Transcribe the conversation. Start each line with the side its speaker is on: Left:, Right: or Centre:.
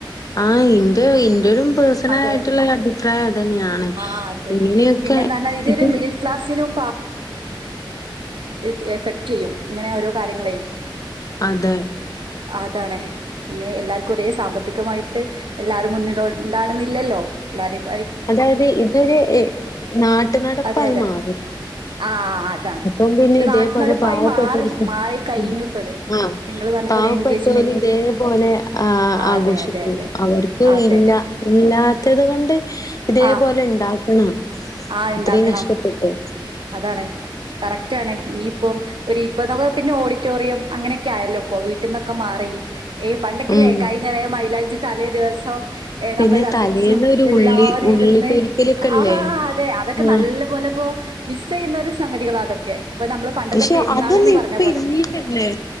Left: ആ എന്റെ എന്റെയും പേഴ്സണൽ
Right: അതെ
Left: ആയിട്ടുള്ള അഭിപ്രായം അതുതന്നെയാണ്
Right: ആ അതെ
Left: ഇങ്ങനെയൊക്കെ
Right: പിന്നെന്ന് പറഞ്ഞാൽ ഇതൊരു
Left: ഇത്
Right: മിഡിൽ ക്ലാസ്സിനും ഇത് എഫക്ട് ചെയ്യും ഇങ്ങനെ ഓരോ കാര്യങ്ങളേ
Left: അതെ
Right: അതാണ് പിന്നെ എല്ലാവർക്കും ഒരേ സാമ്പത്തി മായിട്ട് എല്ലാവർ മുന്നിലോ ഉണ്ടാണുന്നില്ലല്ലോ എല്ലാരും
Left: അതായത് ഇതൊരു നാട്ടുനടപ്പായി
Right: അതെ അതെ
Left: മാറും
Right: ആഹ് അതാണ്
Left: അപ്പം പിന്നെ
Right: ഒരു
Left: ഇതേപോലെ
Right: നാട്ടു നടപ്പായി
Left: പാവപ്പെട്ട
Right: മാറി
Left: ഉം
Right: മാറി കഴിഞ്ഞു ഇപ്പത്
Left: ആ
Right: നിങ്ങള് പറഞ്ഞ
Left: പാവപെട്ടനൊന്നും
Right: പോലെ എൻഗേജ്മെന്റ്
Left: ഇതേപോലെ ആ ആഘോഷിക്കും
Right: അതെ അതെ അതെ
Left: അവർക്ക്
Right: അതെ
Left: ഇല്ല ഇല്ലാത്തത് കൊണ്ട് ഇതേപോലെ
Right: ആ
Left: ഉണ്ടാക്കണം
Right: ആ
Left: അത്രയും
Right: ഇണ്ടാക്കണം
Left: കഷ്ടപ്പെട്ട്
Right: അതാണ്. കറക്റ്റാണ്. ഇനിയിപ്പം ഒരു ഇ <unintelligible> പിന്നെ ഓഡിറ്റോറിയം അങ്ങനെയൊക്കെ ആയല്ലോ ഇപ്പൊ വീട്ടിൽ നിന്നൊക്കെ മാറി യ് പണ്ടൊക്കെ
Left: ഉം
Right: അല്ലെ കൈ നിറയെ മൈയിലാഞ്ചി തല്ലേ ദിവസവും ഏ
Left: പിന്നെ
Right: നമ്മുടെ കസിൻസും
Left: തലേന്നൊരു
Right: എല്ലാരും
Left: ഉള്ളി ഉള്ളി
Right: ഇരുന്ന്
Left: പൊരിക്കലൊക്കെ ഇല്ലേ?
Right: ആ അതെ അതൊക്കെ
Left: ഉം
Right: നല്ല പോലെ ഇപ്പോ മിസ് ചെയ്യുന്നൊരു സംഗതികളാ അതൊക്കെ ഇപ്പൊ നമ്മള് പണ്ടത്തെ
Left: പക്ഷെ
Right: പെരുന്നാൾ
Left: അതൊന്നും
Right: അന്ന് പറഞ്ഞ
Left: ഇപ്പ
Right: പോലെ
Left: ഇല്ലല്ലേ?